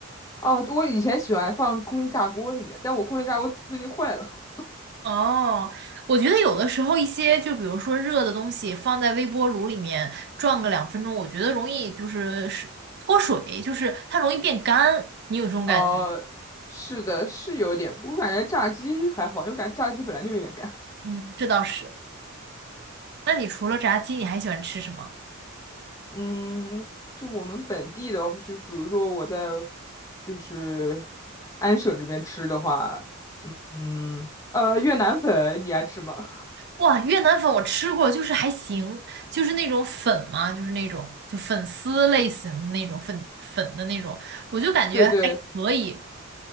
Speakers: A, on the left (about 15°); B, on the right (about 50°).
A: 哦，我以前喜欢放空气炸锅里面，但我空气炸锅最近坏了。
B: 哦，我觉得有的时候一些，就比如说热的东西放在微波炉里面转个两分钟，我觉得容易就是是脱水，就是它容易变干，你有这种感觉？
A: 哦，是的，是有点，我感觉炸鸡还好，因为感觉炸鸡本来就有点干。
B: 嗯，这倒是。那你除了炸鸡，你还喜欢吃什么？
A: 嗯，就我们本地的，就比如说我在就是安省这边吃的话，嗯嗯，呃，越南粉你爱吃吗？
B: 哇，越南粉我吃过，就是还行，就是那种粉嘛，就是那种就粉丝类型的那种粉粉的那种，我就感觉还可以。
A: 对对，